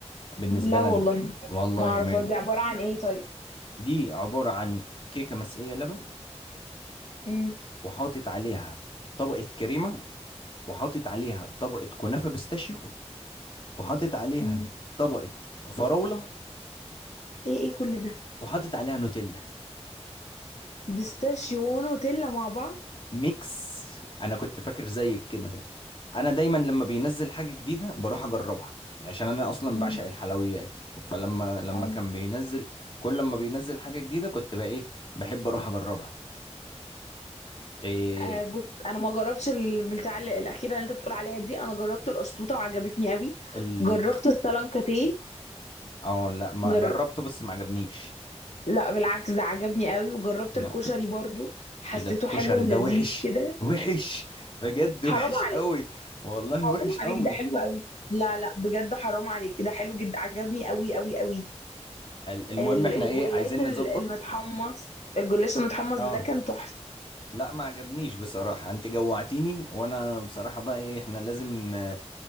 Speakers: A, on the left; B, on the left.
A: بالنسبه
B: لا
A: لنا
B: والله
A: والله
B: ما اعرف
A: من
B: دي عبارة عن ايه طيب
A: دي عباره عن كيكه مسقيه لبن
B: امم
A: وحاطط عليها طبقه كريمه وحاطط عليها طبقه كنافه بيستاشيو وحاطط عليها
B: مم.
A: طبقه فراوله
B: ايه ايه كل ده
A: وحاطط عليها نوتيلا
B: بيستاشيو ونوتيلا مع بعض
A: ميكس انا كنت فاكر زيك كده انا دايما لما بينزل حاجه جديده بروح اجربها يعني عشان انا اصلا
B: مم.
A: بعشق الحلويات فلما لما
B: ايوه
A: كان بينزل كل ما بينزل حاجه جديده كنت بقى ايه بحب اروح اجربها إيه
B: آه بص انا ما جربتش البتاع ال- الاخيره اللي انت بتقول عليها دي انا جربت القشطوطه وعجبتني قوي
A: ال
B: جربت السلانكاتيه
A: اه لا ما
B: جر...
A: جربته بس ما عجبنيش
B: لا بالعكس ده عجبني قوي وجربت
A: لا،
B: الكشري برضو حسيته
A: ايه ده الكشري
B: حلو ولذيذ
A: ده وحش
B: كده
A: وحش بجد
B: حرام
A: وحش قوي
B: عليك
A: والله
B: حرام
A: وحش قوي
B: عليك ده حلو قوي لا لا بجد حرام عليك ده حلو جدا عجبني قوي قوي قوي
A: ال- المهم
B: ال-
A: احنا
B: الجلاش
A: ايه عايزين
B: ال-
A: نظبط
B: المتحمص الجلاش المتحمص
A: اه
B: ده كان تحفة
A: لا ما عجبنيش بصراحة انت جوعتيني وانا بصراحة بقى ايه احنا لازم آه،